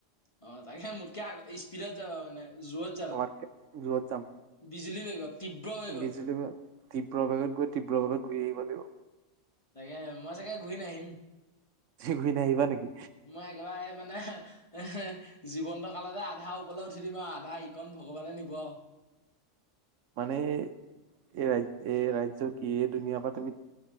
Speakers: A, on the left; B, on the right.
A: অ তাকে মোককে আ স্পিডত যাবা মানে জোৰত
B: তোমাতকে জোৰত যাম
A: বিজুলি বেগত তীব্ৰ বেগত
B: বিজুলী বেগ তীব্ৰবেগত গৈ তীব্ৰবেগত ঘূৰি আহিব লাগিব
A: তাকে মই চাগে ঘূৰি নাহিম
B: ঘূৰি নাহিবা নেকি
A: মই একেবাৰে মানে এহে জীৱন্ত কালতে, আধা ওপৰলৈ উঠি দিম আও আধা ইকণ ভগৱানে নিব আও
B: মানে, এই এই ৰাজ্য এ ৰাজ্য কি, এই দুুনীয়া পৰা তুমি